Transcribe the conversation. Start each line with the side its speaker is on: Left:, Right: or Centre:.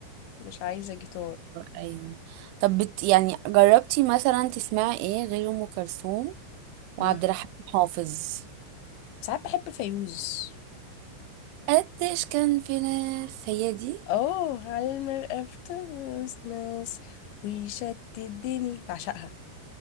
Left: مش عايزه جيتار
Right: أيوه طب بت يعني جربتي مثلا تسمعي ايه غير أم كلثوم وعبد
Left: مم.
Right: الحليم حافظ
Left: ساعات بحب فيوز
Right: قديش كان في ناس هي دي
Left: اه على المرأة في تونس ناس ويشتت الدنيا بعشقها